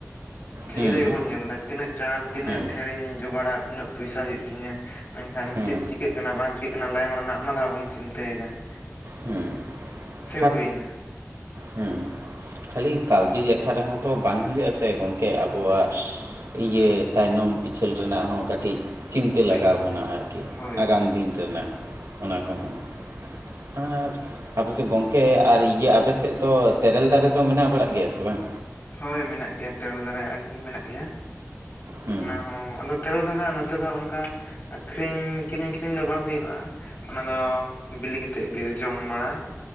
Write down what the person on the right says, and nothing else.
ᱦᱮᱸ
ᱦᱮᱸ
ᱦᱮᱸ
ᱦᱩᱸ ᱠᱷᱟᱯ,
ᱦᱩᱸ ᱠᱷᱟᱹᱞᱤ ᱠᱟᱹᱣᱰᱤ ᱞᱮᱠᱷᱟ ᱨᱮᱦᱚᱸ ᱛᱚ ᱵᱟᱝ ᱦᱩᱭᱩᱜ ᱟᱥᱮ ᱜᱚᱢᱠᱮ ᱟᱵᱚᱣᱟᱜ ᱾ ᱤᱭᱟᱹ
ᱛᱟᱭᱱᱚᱢ ᱯᱤᱪᱷᱟᱹᱞ ᱨᱮᱱᱟᱜ ᱦᱚᱸ ᱠᱟᱹᱴᱤᱡ ᱾ ᱪᱤᱱᱛᱟᱹ
ᱞᱟᱜᱟᱣ ᱵᱚᱱᱟ ᱟᱨᱠᱤ
ᱟᱜᱟᱢ
ᱫᱤᱱ ᱨᱮᱱᱟᱜ ᱚᱱᱟ ᱠᱚᱦᱚᱸ
᱾ ᱟᱨ ᱟᱯᱮᱥᱮᱜ ᱜᱚᱝᱠᱮ ᱟᱨ ᱤᱭᱟᱹ ᱟᱯᱮ ᱥᱮᱫ ᱫᱚ ᱛᱮᱨᱮᱞ ᱫᱟᱨᱮ ᱫᱚ ᱢᱮᱱᱟᱜ ᱵᱟᱲᱟᱜ ᱜᱮᱭᱟ ᱥᱮ ᱵᱟᱝ?
ᱦᱩᱸ